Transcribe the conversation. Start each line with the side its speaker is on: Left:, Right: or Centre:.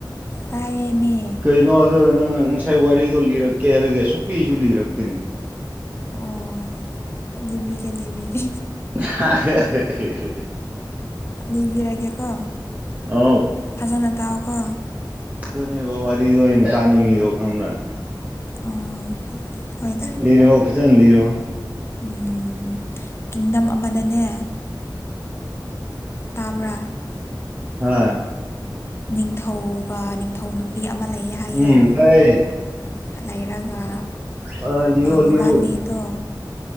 Left: ꯇꯥꯏꯌꯦꯃꯦ
Right: ꯀꯩꯅꯣ ꯑꯗꯣ ꯅꯪ ꯉꯁꯥꯏ ꯋꯥꯔꯤꯗꯣ ꯂꯤꯔꯛꯀꯦ ꯍꯥꯏꯔꯒꯦ ꯁꯨꯛꯂꯤꯁꯨ ꯂꯤꯔꯛꯇꯦꯅꯦ
Left: ꯑꯣ ꯂꯤꯕꯤꯒꯦ ꯂꯤꯕꯤꯒꯦ
Right: <inaudible>
Left: ꯑꯗꯤꯔꯤꯔꯒꯦꯀꯣ
Right: ꯑꯧ
Left: ꯐꯖꯅ ꯇꯥꯎꯑꯣ ꯀꯣ
Right: ꯑꯗꯨꯅꯤꯕꯥ ꯋꯥꯔꯤ ꯋꯥꯔꯤꯗꫭ ꯑꯩꯅꯥ ꯇꯥꯅꯤꯡꯉꯗꯣ ꯈꯪꯉꯕꯔ
Left: ꯑꯣ ꯍꯣꯏꯗ
Right: ꯂꯤꯔꯛꯑꫭ ꯐꯖꯅ ꯂꯤꯔꯣ
Left: ꯑꯝ ꯀꯤꯡꯗꯝ ꯑꯃꯗꯅꯦ ꯇꯥꯕ꯭ꯔꯥ꯫
Right: ꯑꯥ
Left: ꯅꯤꯡꯊꯧꯒꯥ ꯅꯤꯡꯊꯧ ꯅꯨꯄꯤ ꯑꯃ ꯂꯩꯌꯦ ꯍꯥꯏꯌꯦ꯫
Right: ꯎꯝ
Left: ꯂꯩꯔꯥ
Right: ꯇꯥꯏꯌꯦ
Left: ꯂꯩꯔꯥꯒ
Right: ꯑ ꯂꯤꯌꯣ
Left: ꯃꯕꯥꯅꯤꯗꯣ
Right: ꯂꯤꯌꯣ